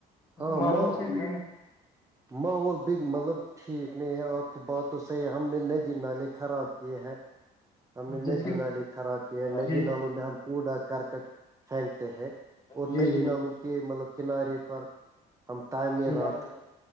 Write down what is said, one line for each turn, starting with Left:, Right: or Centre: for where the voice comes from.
Right: ہاں
Left: ماحول
Right: مح
Left: سے بھی
Right: ماحول مطلب ٹھیک نہیں ہے آپ کی بات تو صحیح ہے ہم نے ن ج نالے خراب کیے ہیں ہم نے
Left: جس
Right: ندی
Left: کی
Right: نالے خراب کیے ہیں ندی
Left: جی جی
Right: نالوں میں ہم کوڑا کرکٹ پھینکتے ہیں اور
Left: جی
Right: ندی
Left: جی جی
Right: نلوں کے مطلب کنارے پر ہم تعمیرات
Left: جی